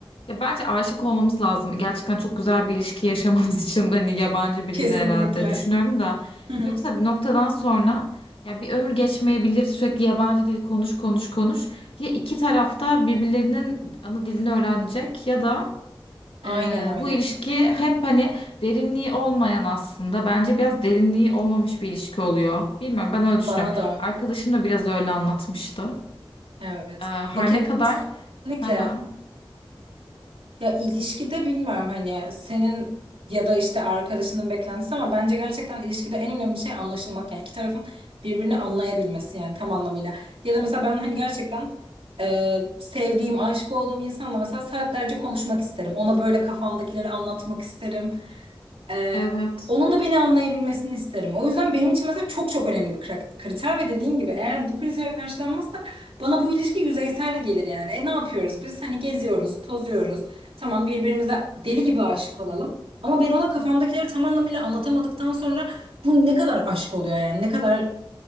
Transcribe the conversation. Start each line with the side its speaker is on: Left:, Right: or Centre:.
Left: ya bence aşık olmamız lazım gerçekten çok güzel bir ilişki yaşamamız <laughs> için de hani yabancı biriyle
Right: Kesinlikle.
Left: herhalde düşünüyorum da
Right: Hı hı.
Left: yoksa bir noktadan sonra ya bir ömür geçmeyebilir sürekli yabancı dil konuş konuş konuş ya iki tarafta birbirlerinin ana dilini öğrenecek ya da
Right: Aynen
Left: ee,
Right: öyle.
Left: bu ilişki hep hani derinliği olmayan aslında bence biraz derinliği olmamış bir ilişki oluyor. Bilmiyorum ben öyle düşünüyorum.
Right: Bana da
Left: Arkadaşım da biraz öyle anlatmıştı.
Right: evet.
Left: Ee, her
Right: Ya kesinlikle
Left: ne kadar. Hı hı.
Right: Ya ilişkide bilmiyorum hani senin ya da işte arkadaşının beklentisi ama bence gerçekten ilişkide en önemli şey anlaşılmak yani iki tarafın birbirini anlayabilmesi yani tam anlamıyla. Ya da mesela ben hani gerçekten e, sevdiğim, aşık olduğum insanla mesela saatlerce konuşmak isterim. Ona böyle kafamdakileri anlatmak isterim. Ee,
Left: Evet.
Right: onun da beni anlayabilmesini isterim. O yüzden benim için mesela çok çok önemli bir kra- kriter ve dediğin gibi eğer bu kriter karşılanmazsa bana bu ilişki yüzeysel gelir yani. E ne yapıyoruz biz? Hani geziyoruz, tozuyoruz. Tamam birbirimize deli gibi aşık olalım. Ama ben ona kafamdakileri tam anlamıyla anlatamadıktan sonra bu ne kadar aşk oluyor yani? Ne kadar